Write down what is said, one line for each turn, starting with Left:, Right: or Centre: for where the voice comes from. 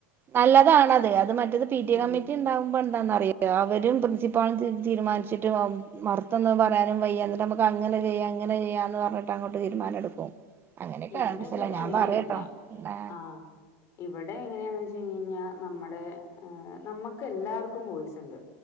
Right: നല്ലതാണത് അത് മറ്റത് പി ടി
Left: ഉം
Right: കമ്മിറ്റി ഉണ്ടാകുമ്പോ എന്താന്ന് അറിയോ അവരും പ്രിൻസിപ്പാളും തീരുമാനിച്ചിട്ട് മറ- മറ്റൊന്ന് പറയാനും വയ്യ എന്നിട്ട് നമുക്ക്‌ അങ്ങനെ ചെയ്യാം ഇങ്ങനെ ചെയ്യാ എന്ന് പറഞ്ഞിട്ടങ്ങോട്ട് തീരുമാനമെടുക്കും അങ്ങനെയൊക്കാട്ടിച്ചല
Left: ഇവിടെ പിന്നെ
Right: ഞാൻ
Left: അങ്ങനെ
Right: പറയട്ടോ.
Left: ഇല്ല.
Right: ന്നെ
Left: ആഹ് ഇവിടെ എങ്ങനെയാന്ന് വെച്ചഴിഞഴിഞ്ഞാ നമ്മള് നമുക്കല്ലാർക്കും വോയ്സ്ണ്ട്.